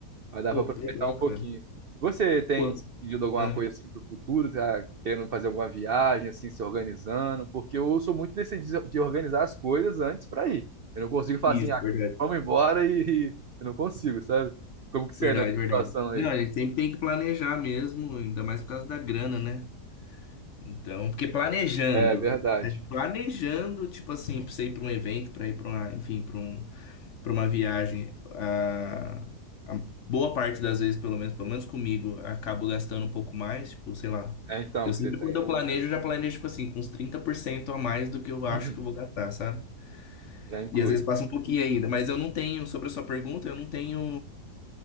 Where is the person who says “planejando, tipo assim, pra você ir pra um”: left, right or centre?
Left